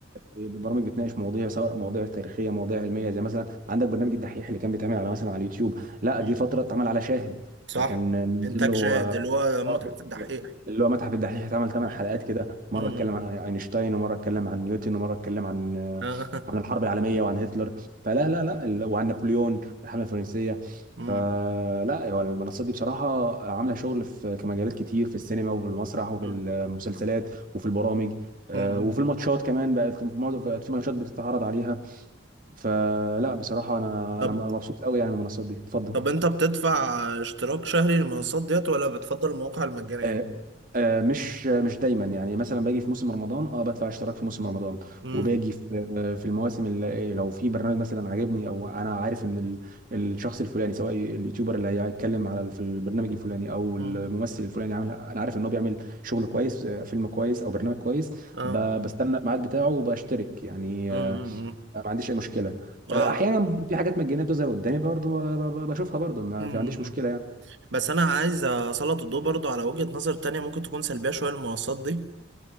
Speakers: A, on the right (about 45°); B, on the right (about 70°).
A: البرامج بتناقش مواضيع سواء مواضيع تاريخيه مواضيع علميه زي مثلا عندك برنامج الدحيح اللي كان بيتعمل على مثلا على اليوتيوب لا
B: مم.
A: جه فتره اتعمل على شاهد
B: صح
A: كان
B: انتاج
A: نزل له
B: شاهد
A: آه،
B: اللي هو متحف
A: آه،
B: الدحيح
A: اللي هو متحف الدحيح اتعمل ثمان
B: مم.
A: حلقات كده مره
B: مم.
A: اتكلم عن اينشتاين ومره اتكلم عن نيوتن ومره اتكلم عن آه،
B: آه.
A: عن الحرب
B: <laughs>
A: العالميه وعن هتلر فلا لا لا ال- وعن نابليون والحمله الفرنسيه
B: مم.
A: فلا هو المنصات دي بصراحه عامله شغل في في مجالات كتير في السينما وفي المسرح وفي
B: مم.
A: المسلسلات وفي البرامج آه،
B: مم.
A: وفي الماتشات كمان بقت معظم- بقت في ماتشات بتتعرض عليها فلا بصراحه انا
B: طب
A: انا مبسوط قوي يعني من المنصات دي اتفضل
B: طب انت بتدفع اشتراك شهري للمنصات ديت ولا بتفضل المواقع المجانية؟
A: آه، آه، مش مش دايما يعني مثلا باجي في موسم رمضان اه بدفع اشتراك في موسم رمضان
B: مم.
A: وباجي في آه، في المواسم اللي لو في برنامج مثلا عاجبني او انا عارف ان ال- الشخص الفلاني سواء اليوتيوبر اللي هيتكلم على ال- في البرنامج الفلاني او
B: مم.
A: الممثل الفلاني عامل انا عارف ان هو بيعمل شغل كويس آه، فيلم كويس او برنامج كويس
B: اه
A: ب- بستنى الميعاد بتاعه وبشترك يعني
B: مم.
A: آه،
B: مم.
A: آه، ما عنديش اي مشكله آه،
B: اه
A: احيانا في حاجات مجانيه بتظهر قدامي برضه ب- ب- بشوفها برضه ما
B: مم.
A: في عنديش مشكله يعني
B: بس انا عايز اسلط الضوء برضو على وجهة نظر تانية ممكن تكون سلبية شوية للمنصات دي